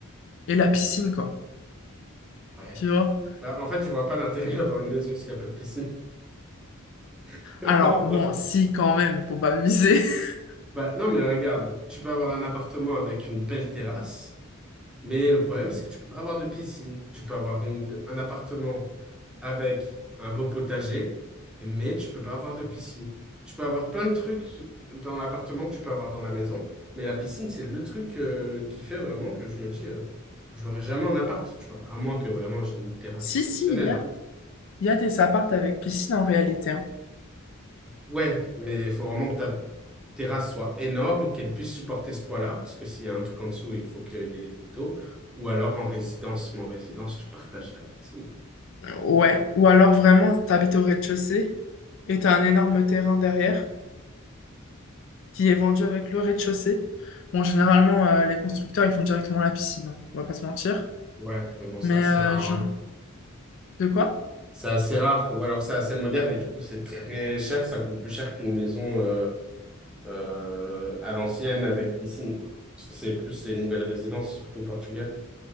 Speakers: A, on the left (about 60°); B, in the centre.
A: et la piscine, quoi,
B: Ouais.
A: tu vois?
B: Bah, en fait, je vois pas l'intérêt <laughs> d'avoir une maison s'il n'y a pas de piscine. <laughs> Vraiment.
A: Alors, bon, si, quand même, faut pas abuser. <laughs>
B: Bah, non, mais regarde, tu peux avoir un appartement avec une belle terrasse, mais le problème, c'est que tu peux pas avoir de piscine. Tu peux avoir une- un appartement avec un beau potager, mais tu peux pas avoir de piscine. Tu peux avoir plein de trucs dans l'appartement que tu peux avoir dans la maison, mais la piscine, c'est le truc euh, qui fait vraiment que je me dis, euh, je l'aurai jamais en appart, tu vois, à moins que vraiment j'ai une terrasse
A: Si,
B: exceptionnelle.
A: si, il y a,
B: hein.
A: il y a des appartes avec piscine, en réalité, hein.
B: Ouais, mais il faut vraiment que ta terrasse soit énorme, qu'elle puisse supporter ce poids-là, parce que s'il y a un truc en dessous, il faut qu'il y ait des liteaux. Ou alors en résidence, mais en résidence, tu partages ta piscine.
A: Ouais, ou alors, vraiment, t'habites au rez-de-chaussée, et t'as un énorme terrain derrière, qui est vendu avec le rez-de-chaussée. Bon, généralement, euh, les constructeurs, ils font directement la piscine, hein, on va pas se mentir.
B: Ouais, mais bon, c'est
A: Mais
B: assez
A: euh,
B: rare.
A: je-
B: hein.
A: De quoi?
B: C'est assez rare, ou alors c'est assez moderne, et du coup, c'est très cher, ça coûte plus cher qu'une maison. euh, euh, à l'ancienne avec piscine, quoi. Parce que c'est plus les nouvelles résidences, surtout au Portugal.